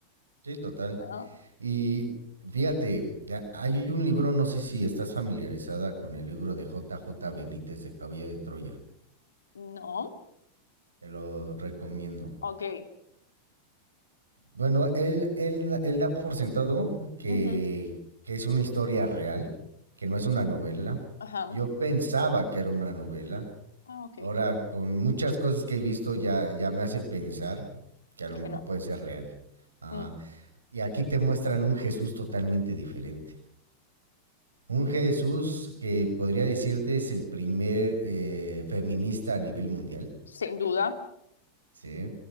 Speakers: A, on the right; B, on the left.
A: Sí, total.
B: ¿no?
A: Y fíjate, a- hay un libro, no sé si estás familiarizada con el libro de J. J. Benítez de Caballo de Troya.
B: No,
A: Te lo recomiendo.
B: ok.
A: Bueno, él, él, da- él da por sentado que,
B: ujú,
A: que es una historia real, que no es una novela.
B: Ajá.
A: Yo pensaba que era una novela.
B: Ah, ok.
A: Ahora, con muchas cosas que he visto, ya, ya me hace pensar que a lo
B: Que
A: mejor
B: no.
A: puede ser real. Ajá.
B: Mm,
A: Y aquí te muestran un Jesús totalmente diferente. Un Jesús que podría decirte es el primer eh, feminista a nivel mundial,
B: Sin duda,
A: ¿sí?